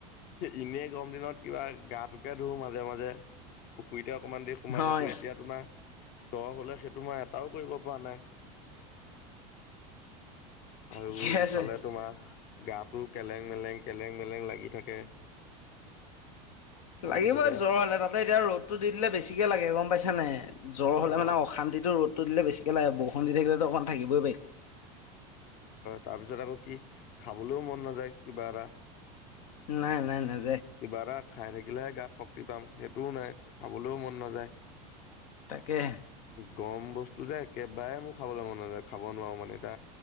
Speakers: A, on the left; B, on the left.
A: ইনেই গৰম দিনত কিবা গা টোকে ধো মাজে মাজে পুখুৰীত এতি অকমান দেৰি সোমাই
B: হয়
A: থাকো এতিয়াোমাৰ ত হলে সেইটো মই এটাও কৰিব পৰা নাই
B: ঠিকে
A: আৰু ইফালে
B: আছে।
A: তোমাৰ গাটো কেলেং মেলেং কেলেং মেলেং লাগি থাকে তাৰপিছতে
B: লাগিবই জ্বৰ হ'লে তাতে এতিয়া ৰ'দটো দি দিলে বেছিকে লাগে গম পাইছ নে জ্বৰ হ'লোনে
A: অ
B: অান্তিটো ৰদতটো দিলেিে লাগে বহু সন্ধি থাকিলেো অকণ থাকিবই পাই
A: তাৰ পিছত আকৌ কি খাবলৈও মন নাযায় কিবা এটা
B: নাই নাই নাই
A: কিবা এটা খাই থাকিলেহে গাত শক্তি পাম সেইটোও নাই খাবলৈও মন নাযায়
B: তাকেহে
A: গম বস্তু যে একেবাৰে মোৰ খাবলৈ মন নযায় খাব নোৱাৰো মানে এটা